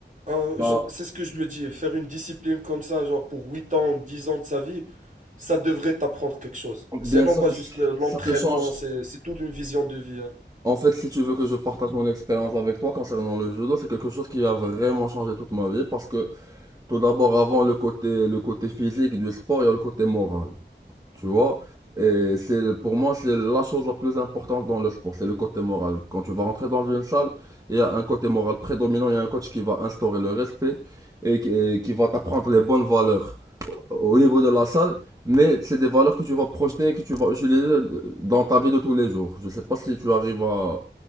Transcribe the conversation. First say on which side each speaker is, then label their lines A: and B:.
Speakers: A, on the right; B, on the right.
A: Euh,
B: Bah,
A: je- c'est ce que je me dis, faire une discipline comme ça, genre pour 8 ans, 10 ans de sa vie, ça devrait t'apprendre quelque chose. C'est
B: bien
A: non
B: sûr
A: pas
B: que
A: juste
B: c-
A: le- l'entraînement,
B: ça te change.
A: c'est c'est toute une vision de vie. hein.
B: En fait, si tu veux que je partage mon expérience avec toi concernant le judo, c'est quelque chose qui a vraiment changé toute ma vie parce que tout d'abord, avant le côté le côté physique du sport, il y a le côté moral. Tu vois, et c'est le- pour moi c'est la chose la plus importante dans le sport, c'est le côté moral. Quand tu vas rentrer dans une salle, il y a un côté moral prédominant, il y a un coach qui va instaurer le respect et qui, et qui va t'apprendre les bonnes valeurs au niveau de la salle, mais c'est des valeurs que tu vas projeter, et que tu vas utiliser euh, dans ta vie de tous les jours. Je sais pas si tu arrives à,